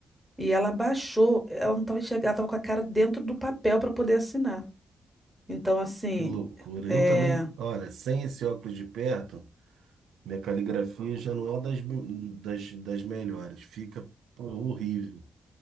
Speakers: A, in the centre; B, on the right (about 85°).
A: E ela baixou, ela não estava enxergando, ela estava com a cara dentro do papel para poder assinar. Então, assim,
B: Que loucura.
A: é...
B: Eu também, olha, sem esse óculos de perto, minha caligrafia já não é das, me- das, das melhores. Fica, pô, horrível.